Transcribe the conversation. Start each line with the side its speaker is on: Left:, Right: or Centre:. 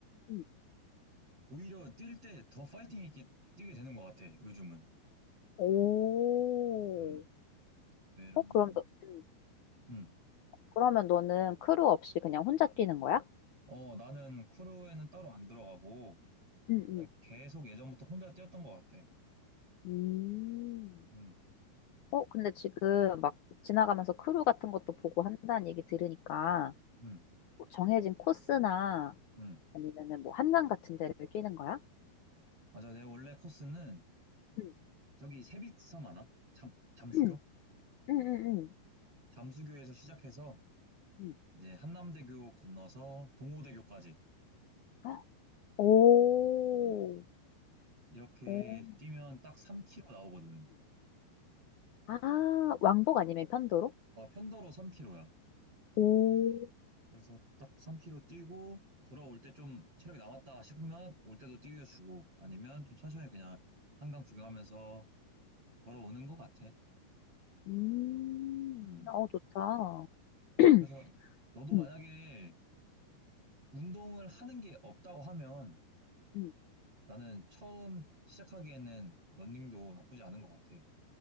Left: 응.
Right: 오히려 뛸 때 더 파이팅 있게 뛰게 되는 것 같아, 요즘은.
Left: 오.
Right: 음, 왜냐면,
Left: 어, 그럼 너, 응.
Right: 음,
Left: 그러면 너는 크루 없이 그냥 혼자 뛰는 거야?
Right: 어, 나는 크루에는 따로 안 들어가고,
Left: 응,
Right: 그냥
Left: 응.
Right: 계속 예전부터 혼자 뛰었던 것 같아.
Left: 음.
Right: 음,
Left: 어, 근데 지금 막 지나가면서 크루 같은 것도 보고 한다는 얘기 들으니까
Right: 음,
Left: 뭐 정해진 코스나
Right: 음.
Left: 아니면은 뭐 한강 같은 데를 뛰는 거야?
Right: 맞아. 내 원래 코스는
Left: 응,
Right: 저기 세빛섬 아나? 잠, 잠수교?
Left: <clears throat> 응, 응, 응.
Right: 잠수교에서 시작해서
Left: 응.
Right: 이제 한남대교 건너서 동호대교까지.
Left: 응. 오,
Right: 음, 이렇게
Left: 오.
Right: 뛰면 딱 3km 나오거든.
Left: 아, 왕복 아니면 편도로?
Right: 아, 편도로 3km야.
Left: 오,
Right: 그래서 딱 3km 뛰고 돌아올 때 좀 체력이 남았다 싶으면 올 때도 뛰어주고 아니면 좀 천천히 그냥 한강 구경하면서 걸어오는 것 같아.
Left: 음,
Right: 음.
Left: 어, 좋다. <clears throat>
Right: 그래서 너도
Left: 음,
Right: 만약에 운동을 하는 게 없다고 하면
Left: 응.
Right: 나는 처음 시작하기에는 러닝도 나쁘지 않은 것 같아.